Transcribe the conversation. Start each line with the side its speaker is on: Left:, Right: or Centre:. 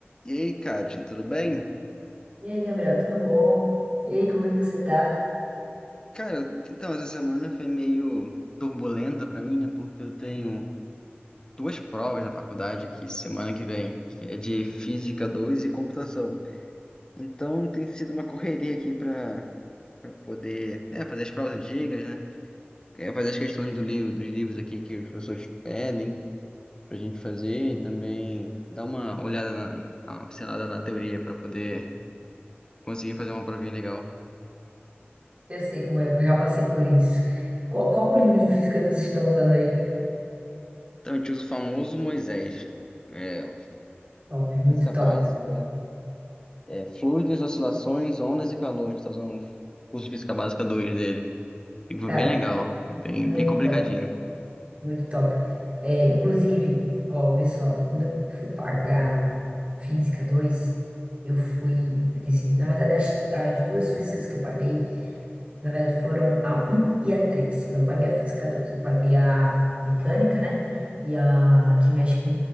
Left: E aí, Kátia, tudo bem?
Right: E aí, Gabriel, tudo bom? E aí, como é que você tá?
Left: Cara, eu- então essa semana foi meio turbulenta pra mim, né? Porque eu tenho duas provas na faculdade aqui semana que vem, que é de Física 2 e Computação. Então tem sido uma correria aqui pra pra poder, é, fazer as provas antigas, né? É, fazer as questões do livro, dos livros aqui que os professores pedem pra gente fazer e também dar uma olhada na, dar uma pincelada na teoria pra poder conseguir fazer uma provinha legal.
Right: Eu sei como é, eu já passei por isso. Qual, qual o livro de física que vocês estão usando aí? cara?
Left: Então a gente usa o famoso Moisés. É,
Right: Top, muito
Left: Física
Right: top.
Left: básica,
Right: esse livro.
Left: é, fluidos, oscilações, ondas e calores. Tá usando o curso de física básica 2 dele. E foi
Right: Cara,
Left: bem legal, bem,
Right: muito
Left: bem complicadinho.
Right: top, muito top. É, inclusive, ó, vê só, quando eu fui pagar Física 2, eu fui, eu decidi, na verdade, as, as duas físicas que eu paguei, na verdade, foram a um e a 3. Eu não paguei a Física 2, eu paguei a mecânica, né? E a que mexe com